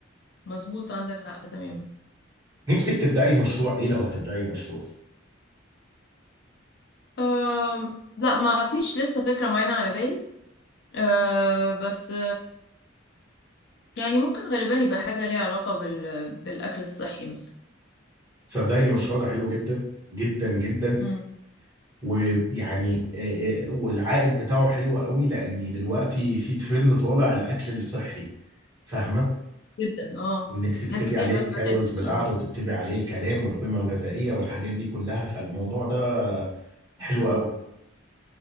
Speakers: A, on the left (about 60°); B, on the right (about 15°).
A: مظبوط عندك حق تماما
B: نفسك تبداي مشروع ايه لو هتبداي مشروع
A: أم... لا ما فيش لسه فكره معينه على بالي أه بس يعني ممكن غالبا يبقى حاجة ليها علاقة بال... بالأكل الصحي مثلا
B: صدقي المشروع ده حلو جدا جدا جدا
A: امم
B: ويعني آه، آه، والعائد بتاعه حلو قوي لان دلوقتي في ترند طالع الاكل الصحي فاهمه
A: جدا اه
B: انك تكتبي
A: ناس كتير
B: عليه
A: دلوقتي
B: الكالوريز
A: بدأت تبقى
B: بتاعته وتكتبي عليه الكلام والقيمه الغذائيه والحاجات دي كلها فالموضوع ده حلو
A: بالظبط.
B: قوي